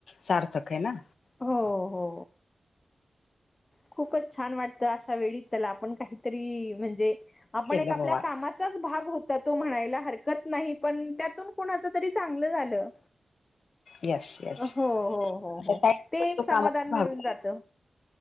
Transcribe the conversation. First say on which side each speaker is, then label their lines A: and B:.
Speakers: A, on the left; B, on the left.
A: सार्थक आहे ना?
B: हो हो खूपच छान वाटतं अशा वेळी चला आपण काहीतरी म्हणजे आपण
A: केलं
B: एक आपल्या
A: बाबा
B: कामाचाच भाग होता तो म्हणायला हरकत नाही पण त्यातून कुणाच तरी चांगलं झालं.
A: येस येस
B: हो हो हो
A: आता
B: हो
A: काही
B: ते एक
A: तो
B: समाधान
A: कामाचा
B: मिळून
A: भाग
B: जात.
A: आहे